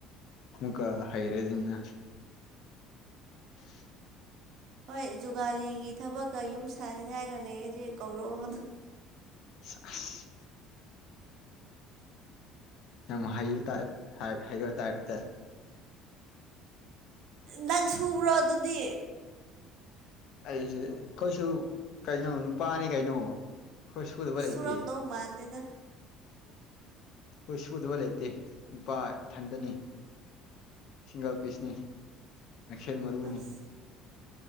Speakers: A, on the left (about 55°); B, on the right (about 55°).
A: ꯑꯃꯨꯛꯀ ꯍꯩꯔꯅꯤꯅ ꯑꯟꯑꯣꯗꯤꯕꯜ
B: ꯍꯣꯏ ꯖꯨꯒꯥꯂꯤꯒꯤ ꯊꯕꯛꯀ ꯌꯨꯝ ꯁꯥꯥꯟꯅꯤꯡꯉꯥꯏꯒ ꯂꯩꯔꯗꯤ ꯀꯧꯔꯛꯑꯣ ꯑꯗꯨꯝ
A: ꯁꯥ ꯑꯥꯁ ꯌꯥꯝ ꯍꯩꯕ ꯇꯥꯏꯞ ꯍ ꯍꯩꯕ ꯇꯥꯏꯞꯇ
B: ꯅꯪ ꯁꯨꯕ꯭ꯔꯣ ꯑꯗꯨꯗꯤ
A: ꯑꯩꯁꯦ ꯈꯣꯏꯁꯨ ꯀꯩꯅꯣ ꯅꯨꯄꯥꯅꯤ ꯀꯩꯅꯣ ꯁꯨꯗꯕ
B: ꯑꯁ
A: ꯂꯩꯇꯦ
B: ꯁꯨꯨꯔꯝꯗꯧ ꯃꯥꯟꯗꯦꯗ
A: ꯑꯩꯈꯣꯏ ꯁꯨꯗꯕ ꯂꯩꯇꯦ ꯅꯨꯄꯥ ꯏꯊꯟꯇꯅꯤ ꯁꯤꯡꯒꯜ ꯄꯤꯁꯅꯤ ꯃꯩꯈꯦꯠ ꯃꯔꯨꯅꯤ
B: ꯑꯁ